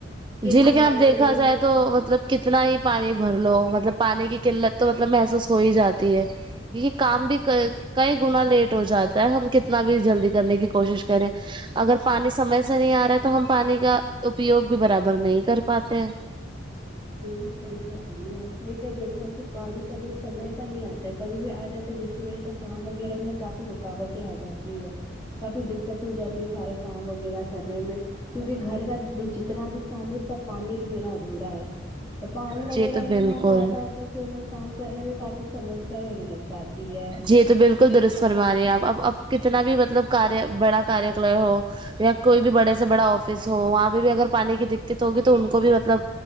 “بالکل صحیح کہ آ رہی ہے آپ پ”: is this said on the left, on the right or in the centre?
Left